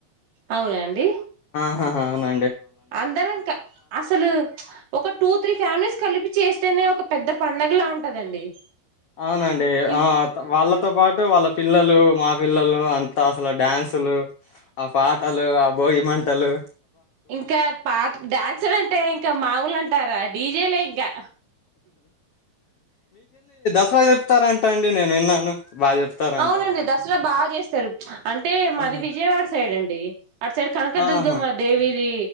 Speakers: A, on the right; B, on the left.
A: అవునా అండి
B: ఆ హా అవునా
A: అందరం కా అసలు ఒక టూ త్రీ ఫ్యామిలీస్ కలిపి చేస్తేనే ఒక పెద్ద పండుగలా ఉంటదండి
B: అవునండి
A: ఇం
B: ఆ వాళ్ళతో పాట్ టే వాళ్ళ పిల్లలు మా పిల్లలు అంతా అసలు డ్యాన్సులు ఆ పాటలు ఆ భోగిమంటలు
A: ఇంకా పాట్ డ్యాన్సులు అంటే ఇంకా మాముూలు అంటారా డీజేలే ఇంకా
B: ఎట్లా చెప్తారంట అండి నేను విన్నాను బాగా చెప్తారంట
A: అవునండి దసరా బాగా చేస్తారు అంటే మాది
B: ఆహా
A: విజయవాడ సైడ్ అండి డి అట్ సైడ్ కనకదుర్గమ్మ
B: ఆహా
A: దేవిది